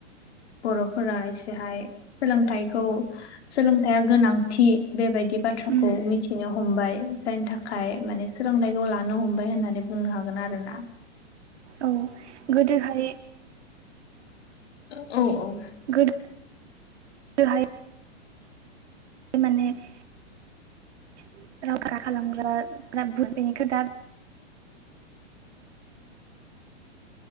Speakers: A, on the left; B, on the right.
A: बर'फोरा एसेहाय सोलोंथाइखौ सोलोंथायाइया गोनांथि बेबायदि बाथ्राखौ
B: उम
A: मिथि <unintelligible> हमबाय जायनि थाखाय माने सोलोंथाइखौ लानो हमबाय होननानै बुंनो हागोन आरो ना।
B: औ गोदोहाय
A: औ औ
B: गोदो <unintelligible> <inaudible>